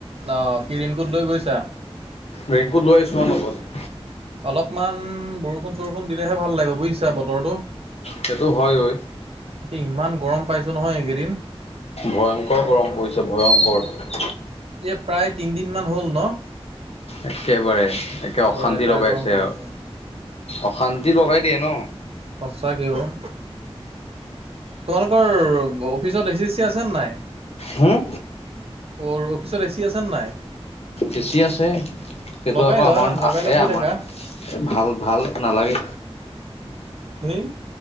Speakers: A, on the right (about 65°); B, on the left (about 75°).
A: অ', কি ৰেইনকোট লৈ গৈছা।
B: ৰেইনকোট লৈ আহিছোঁ অ', লগত।
A: অলপমান বৰষুণ-চৰষুণ দিলেহে ভাল লাগিব, বুজিছা বতৰটো।
B: সেইটো হয় ঐ।
A: একে ইমান গৰম পাইছো নহয়, এইকেইদিন।
B: ভয়ংকৰ গৰম পৰিছে ভয়ংকৰ।
A: ইয়াত, প্ৰায় তিনদিন মান হ'ল ন।
B: একেবাৰে একে অশান্তি
A: বৰ লেতেৰা
B: লগাইছে
A: গৰম পৰিছে।
B: আৰু অশান্তি লগাই দিয়ে ন।
A: সঁচাকে অ'। তোমালোকৰ অফিচত এচি চি আছে নে নাই।
B: হুম।
A: অ', ৰ অফিচত এ চি আছেনে নাই।
B: এ চি আছে সেটো
A: লগাই
B: আকৌ
A: লোৱা,
B: আমাৰ
A: লগাই লৈ
B: এই
A: শুই
B: আমাৰ
A: থাকা।
B: এ ভাল, ভাল নালাগে।
A: হেই